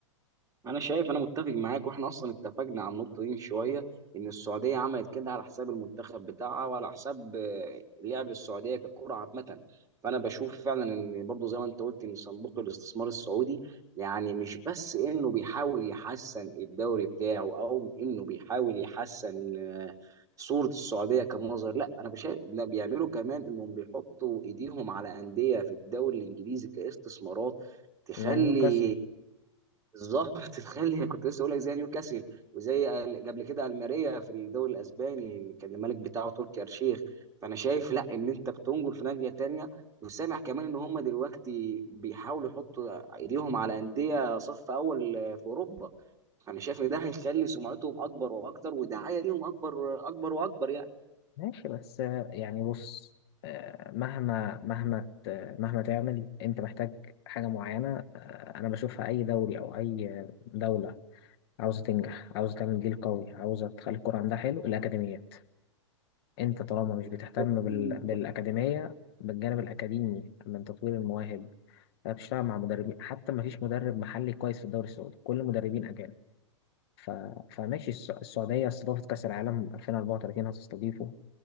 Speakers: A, on the right; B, on the left.
A: انا شايف انا متفق معاك واحنا اصلا اتفقنا على النقطه دي من شويه ان السعوديه عملت كده على حساب المنتخب بتاعها وعلى حساب آه، لعب السعوديه ككره عامه فانا بشوف فعلا ان برضه زي ما انت قلت ان صندوق الاستثمار السعودي يعني مش بس انه بيحاول يحسن الدوري بتاعه او انه بيحاول يحسن آه، صوره السعوديه كمنظر لا انا بشايف ده بيعملوا كمان انهم بيحطوا ايديهم على انديه في الدوري الانجليزي كاستثمارات تخلي
B: يعني نيوكاسل
A: بالظبط <laughs> تخيل انا كنت لسه اقول لك زي نيوكاسل وزي ال- قبل كده الماريا في الدوري الاسباني اللي كان الملك بتاعه تركي آل-شيخ فانا شايف لا ان انت بتنجر في ناحيه تانيه وسامع كمان ان هم دلوقتي بيحاولوا يحطوا ايديهم على انديه صف اول في اوروبا فانا شايف ان ده هيخلي سمعتهم اكبر واكتر ودعايه ليهم اكبر اكبر واكبر
B: ماشي بس آه، يعني بص آه، مهما مهما ت- مهما تعمل أنت محتاج حاجة معينة آه، أنا بشوفها أي دوري أو أي آه، دولة عاوزة تنجح عاوزة تعمل جيل قوي عاوزة تخلي الكرة عندها حلو الأكاديميات انت طالما مش
A: يعني
B: بتهتم بال... بالاكاديميه بالجانب الاكاديمي من تطوير المواهب بتشتغل مع مدربين حتى ما فيش مدرب محلي كويس في الدوري السعودي كل مدربين اجانب ف... فماشي الس- السعوديه استضافت كاس العالم 2034 هتستضيفه